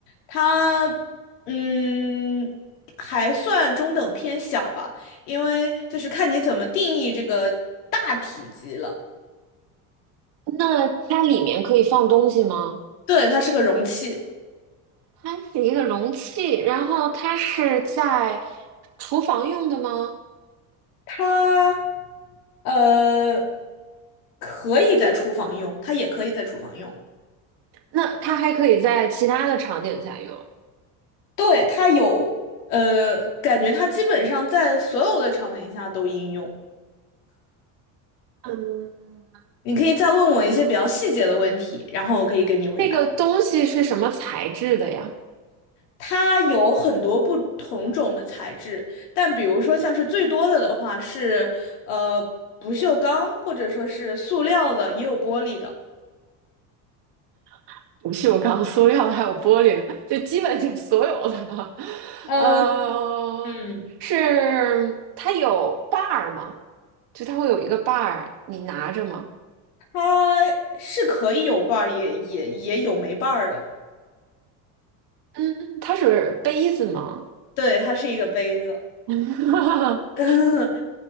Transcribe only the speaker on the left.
它嗯还算中等偏小吧，因为就是看你怎么定义这个大体积了。
对，它是个容器，
它呃可以在厨房用，它也可以在厨房用。
对，它有呃，感觉它基本上在所有的场景下都应用。
你可以再问我一些比较细节的问题，然后我可以给你回答。
它有很多不同种的材质，但比如说像是最多的的话是呃不锈钢，或者说是塑料的，也有玻璃的。
嗯
嗯。
它是可以有瓣儿，也也也有没瓣儿的。
对，它是一个杯子，
<laughs>